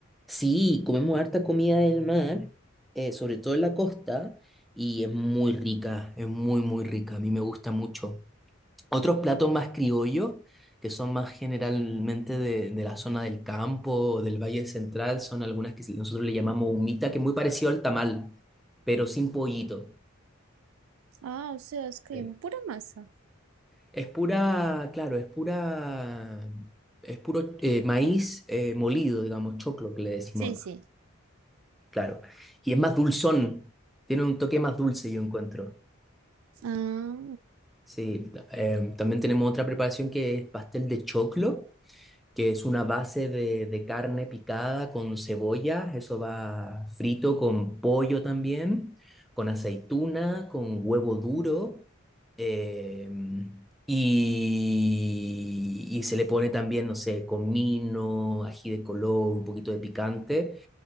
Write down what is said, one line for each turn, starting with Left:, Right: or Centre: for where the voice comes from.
Centre: sí, comemos harta comida del mar, eh, sobre todo en la costa, y es muy rica, es muy, muy rica. A mí me gusta mucho. Otros platos más criollos, que son más generalmente de, de la zona del campo, del Valle Central, son algunas que nosotros le llamamos humita, que es muy parecido al tamal, pero sin pollito.
Right: Ah, o sea, es que
Centre: Eh,
Right: pura masa.
Centre: Es pura, claro, es pura, es puro eh, maíz eh, molido, digamos, choclo que le decimos
Right: Sí,
Centre: acá,
Right: sí.
Centre: claro. Y es más dulzón, tiene un toque más dulce, yo encuentro.
Right: Ah,
Centre: Sí, ta- eh, también tenemos otra preparación que es pastel de choclo que es una base de, de carne picada con cebolla, eso va frito con pollo también, con aceituna, con huevo duro, eh, y, y se le pone también, no sé, comino, ají de color, un poquito de picante.